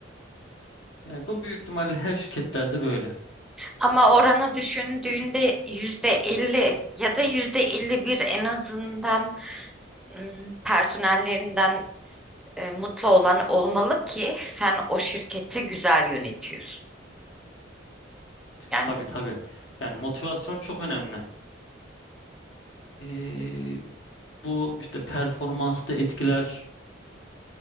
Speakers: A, on the left; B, in the centre.
A: Yani bu büyük ihtimalle her şirketlerde böyle.
B: Ama oranı düşündüğünde yüzde elli ya da yüzde elli bir en azından ım, personellerinden e, mutlu olan olmalı ki sen o şirketi güzel yönetiyorsun. Yani
A: Tabii tabii. Yani motivasyon çok önemli. Ee, bu işte performansı da etkiler.